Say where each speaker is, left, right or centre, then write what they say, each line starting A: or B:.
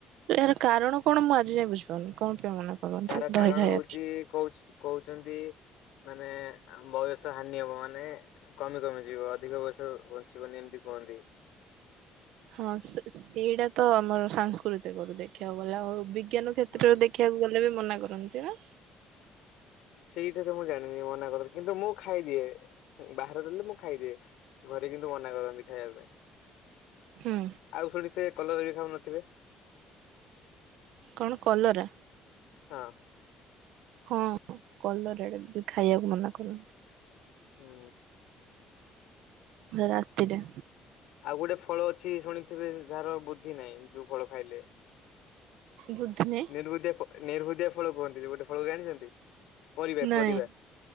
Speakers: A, on the right; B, on the left.
A: ଏହାର କାରଣ କଣ ମୁଁ ଆଜି ଯାଏ ବୁଝପାରୁନି କଣ? ପାଇଁ ମନା କରନ୍ତି
B: ତାର କାରଣ
A: ଦହି ଖାଇବାକୁ।
B: ହଉଛି କହୁଚି କହୁଛନ୍ତି ମାନେ ବୟସ ହାନି ହବ ମାନେ କମି କମି ଯିବ ଅଧିକ ବୟସ ବଞ୍ଚିବନି। ଏମିତି କୁହନ୍ତି।
A: ହ <inaudible> ହଁ ସେ ସେଇଟା ତ ଆମର ସାଂସ୍କୃତିକରୁ ଦେଖିବାକୁ ଗଲା ଆଉ ବି ବିଜ୍ଞାନ କ୍ଷେତ୍ରରେ
B: ହଁ
A: ଦେଖିବାକୁ ଗଲେ ବି ମନା କରନ୍ତି ନା।
B: ସେଇଟା ତ ମୁଁ ଜାଣିନି ମନା କର କିନ୍ତୁ ମୁଁ ଖାଇଦିଏ। ବାହାରେ ଦେଲେ ମୁଁ ଖାଇଦିଏ ଘରେ କିନ୍ତୁ ମନା କରନ୍ତି ଖାଇବା ପାଇଁ।
A: ହୁଁ
B: ଆଉ ଶୁଣିଥିବେ କଲରା ବି ଖାଉନଥିବେ।
A: କଣ କଲରା।
B: ହଁ।
A: ହଁ କଲରା ଡେ ବି ଖାଇବାକୁ ମନା କରନ୍ତି।
B: ହୁଁ।
A: ରାତିରେ।
B: ଆଉ ଗୋଟେ ଫଳ ଅଛି ଶୁଣିଥିବେ ଯାହାର ବୁଦ୍ଧି ନାହିଁ ଯୋଉ ଫଳ ଖାଇଲେ।
A: ବୁଝିନି
B: ନିର୍ବୁଧିଆ ନିର୍ବୁଧିଆ ଫଳ କୁହନ୍ତି ଯେ ଗୋଟେ ଫଳ ଜାଣିଛନ୍ତି। ପରିବା
A: ନାଇଁ
B: ପରିବା